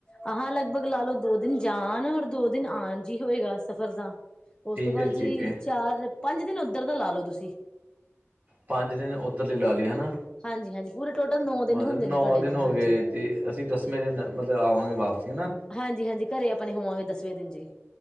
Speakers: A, on the left (about 15°); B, on the right (about 40°).
A: ਆਹ ਲਗਭਗ ਲਾ ਲਓ ਦੋ ਦਿਨ ਜਾਣ ਔਰ ਦੋ ਦਿਨ ਆਉਣ ਜੀ ਹੋਏਗਾ ਸਫ਼ਰ ਦਾ ਉਸ
B: ਠੀਕ
A: ਤੋਂ ਬਾਅਦ
B: ਹੈ
A: ਜੀ
B: ਠੀਕ ਹੈ
A: ਚਾਰ ਪੰਜ ਦਿਨ ਉੱਧਰ ਦਾ ਲਾ ਲੋੋ ਤੁਸੀਂ।
B: ਪੰਜ ਦਿਨ ਉੱਧਰ ਲਈ ਲਾ ਲਈ ਹਨਾ।
A: ਹਾਂਜੀ ਹਾਂਜੀ ਪੂਰੇ ਟੋਟਲ ਨੌ ਦਿਨ
B: ਮਤਲਬ
A: ਹੁੰਦੇ
B: ਨੌ
A: ਨੇ ਤੁਹਾਡੇ
B: ਦਿਨ
A: ਜੀ
B: ਹੋ
A: ਹਾਂਜੀ
B: ਗਏ ਤੇ ਅਸੀਂ ਦੱਸ ਵੇ ਦਿਨ ਮਤਲਬ ਆਵਾਂਗੇ ਵਾਪਸੀ ਹੈਨਾ
A: ਹਾਂਜੀ -ਹਾਂਜੀ ਘਰੇ ਆਪਣੇ ਹੋਵਾਂਗੇ ਦਸਵੇਂ ਦਿਨ ਜੀ।